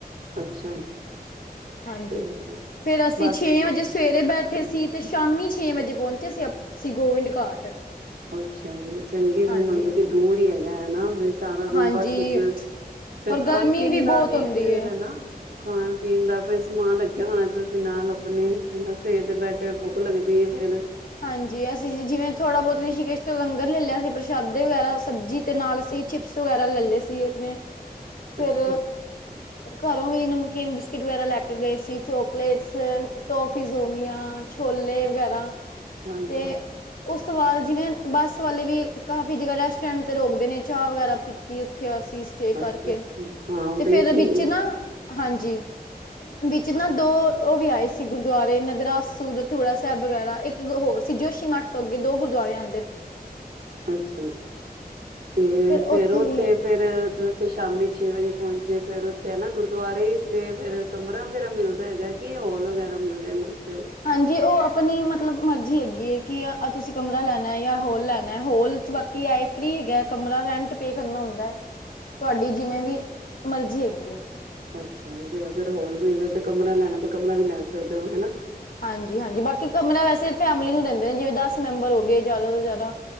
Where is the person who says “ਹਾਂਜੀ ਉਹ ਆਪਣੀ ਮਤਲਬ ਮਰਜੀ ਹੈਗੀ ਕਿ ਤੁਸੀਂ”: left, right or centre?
Left